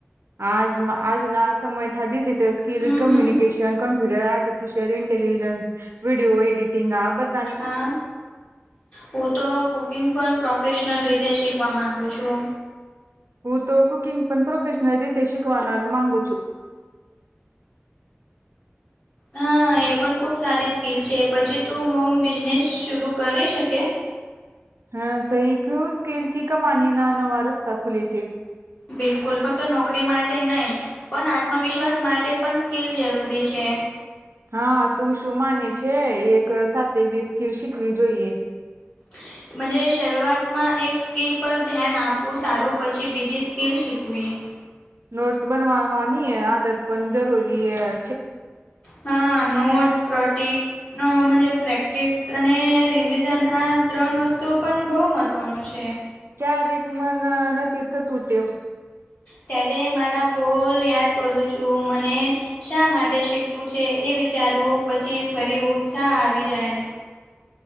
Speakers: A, on the right; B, on the left.
A: આજ આજના સમય થી ડિજિટલ સ્કિલ
B: હમ
A: કમ્યુનિકેશન
B: હમ
A: ક <unintelligible> આર્ટિફિશિયલ ન્ટેલિજન્સ, વિડીયો એડિટિંગ આ બધ
B: હા. હું તો કુકિંગ પણ પ્રોફેશનલ રીતે શીખવા માંગુ છું.
A: હું તો કુકિંગ પણ પ્રોફેશનલ રીતે શીકવાનાર માંગુ છું.
B: હા એ પણ ખુબ સારી સ્કિલ છે, પછી તું હોમ બિઝનેસ શરૂ કરી શકે?
A: હા સહી કિયુ સ્કિલ થી કમાની ના નવા રસ્તા ખુલે છે.
B: બિલકુલ ફક્ત નોકરી માટે નય. પણ આત્મવિશ્વાસ માટે પણ સ્કિલ જરૂરી છે.
A: હા તું શું માને છે એક સાથે બે સ્કિલ શીખવી જોઈએ?
B: <inaudible> મનઝે શરૂઆતમાં એક સ્કિલ પર ધ્યાન આપવું સારું પછી બીજી સ્કિલ શીકવી. <inaudible>
A: નોટ્સ બનવાવાની આદત પણ જરૂરી હૈ.
B: હા નોટ્સ પ્રોટિક અ મનઝે પ્રેક્ટિસ અને રિવિઝન આ ત્રણ વસ્તુ પણ બો મહત્વનું છે.
A: ક્યારેક મન નથી થતું તેવુ.
B: ત્યારે મારા ગોલ યાદ કરું છું મને શા માટે શીખવું છે એ વિચારૂ? પછી ફરી ઉત્સાહ આવી જાય.